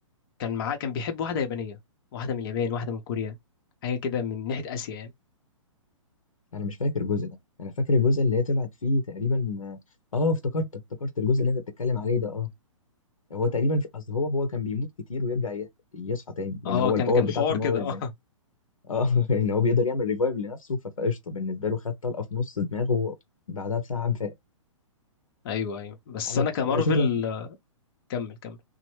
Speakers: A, on the left (about 45°); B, on the left (about 80°).
A: كان معاه كان بيحب واحدة يابانية واحدة من اليابان واحدة من كوريا حاجة كده من ناحية آسيا يعني
B: انا مش فاكر الجزء ده انا فاكر الجزء اللي هي طلعت فيه تقريبا اه افتكرت افتكرت الجزء اللي انت بتتكلم عليه ده اه هو تقريبا في اصل هو هو كان بيموت كتير ويرجع ي- يصحى تاني لان
A: اه
B: هو
A: كان
B: الباور
A: كان
B: بتاعته
A: حوار
B: ان
A: كده
B: هو
A: <laughs> اه
B: زي اه <laughs> ان هو بيقدر يعمل ريفايف لنفسه ف- فقشطه بالنسبه له خد طلقه في نص دماغه بعدها بساعه قام فاق
A: ايوه ايوه بس
B: انا
A: انا كمارفل
B: انا شفت بقى في-
A: آه، كمل كمل